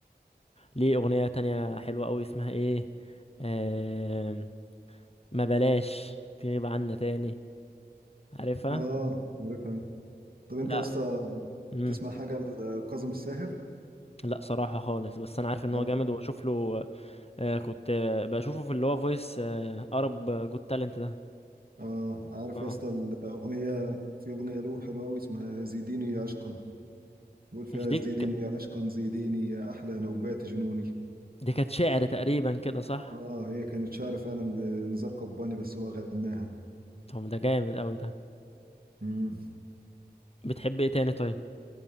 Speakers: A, on the left; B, on the right.
A: ليه أغنية تانية حلوة أوي اسمها إيه آه... ما بلاش تغيب عنا تاني عارفها
B: اه عارفها طب انت
A: لا
B: يا اسطى
A: مم.
B: تسمع حاجه لكاظم الساهر
A: لا صراحة خالص بس أنا عارف إن
B: عارف
A: هو جامد وبشوف له آه كنت آه بشوفه في اللي هو فويس آه أرب جود تالنت ده
B: اه عارف
A: اه
B: يا اسطى الاغنيه في اغنيه له حلوه قوي اسمها زيديني عشقا بقول فيها
A: مش دي
B: زيديني
A: ك...
B: يا عشقا زيديني يا أحلى نوبات جنوني
A: دي كانت شعر تقريبا كده صح
B: آه هي كانت شعر فعلا لنزار قباني بس هو غناها
A: طب ده جامد أوي ده
B: مم.
A: بتحب إيه تاني طيب